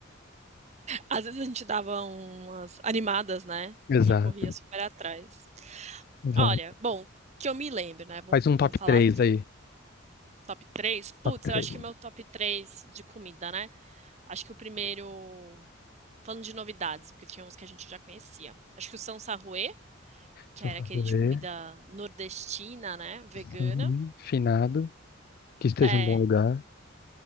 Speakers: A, on the right; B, on the left.
A: Às vezes a gente dava umas animadas, né?
B: Exato,
A: E corria super atrás.
B: exato.
A: Olha, bom, que eu me lembro, né? Vamos,
B: Faz um
A: vamos
B: top
A: falar
B: 3
A: assim.
B: aí.
A: Top 3. Putz,
B: Top 3.
A: eu acho que meu top 3 de comida, né? Acho que o primeiro. Falando de novidades, porque tinha uns que a gente já conhecia. Acho que o São Sarruê, que
B: São
A: era
B: Carolê,
A: aquele de comida nordestina, né? Vegana.
B: sem finado, que esteja
A: É,
B: em bom lugar.